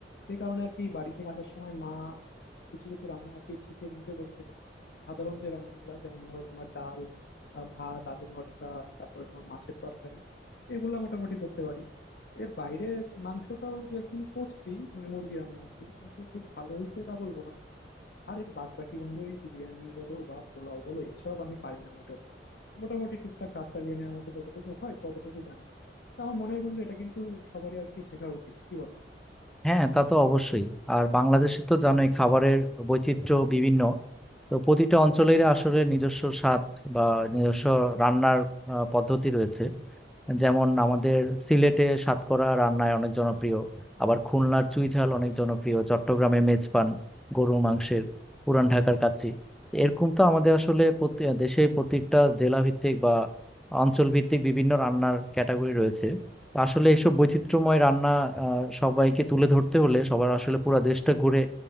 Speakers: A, on the left; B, in the centre.
A: এই কারণে আর কি বাড়ি থেকে আসার সময় মা কিছু কিছু রান্না আর কি শিখে নিতে বলছিল সাধারণ যে রান্নাগুলো যেমন ধরো তোমার ডাল আহ, ভাত আলু ভর্তা তারপরে তোমার মাছের তরকারি এগুলা মোটামুটি করতে পারি এর বাইরে মাংসটাও দু একদিন করছি মানে মুরগি রান্না আর কি কিন্তু খুব ভালো হয়েছে তা বলবো না আর এর বাদ বাকি বন্ধু ওই বিরিয়ানি বলো বা পোলাও বলো এসব আমি পারি না মোটেও মোটামুটি টুকটাক কাজ চালিয়ে নেওয়ার মতো যতটুকু হয় ততটুকু জানি তো আমার মনে হয় বন্ধু এটা কিন্তু সবারই আজকে শেখা উচিত কি বলো
B: হ্যাঁ তা তো অবশ্যই আর বাংলাদেশে তো জানোই খাবারের বৈচিত্র্য বিভিন্ন তো প্রতিটা অঞ্চলের আসলে নিজস্ব স্বাদ বা নিজস্ব রান্নার আহ, পদ্ধতি রয়েছে যেমন আমাদের সিলেটে সাতকরা রান্নায় অনেক জনপ্রিয় আবার খুলনার চুই ঝাল অনেক জনপ্রিয় চট্টগ্রামে মেজপান গরুর মাংসের পুরান ঢাকার কাচ্চি এরকম তো আমাদের আসলে প্রতি- দেশের প্রত্যেকটা জেলা ভিত্তিক বা অঞ্চল ভিত্তিক বিভিন্ন রান্নার ক্যাটাগরি রয়েছে আসলে এসব বৈচিত্র্যময় রান্না আহ, সবাইকে তুলে ধরতে হলে সবার আসলে পুরো দেশটা ঘুরে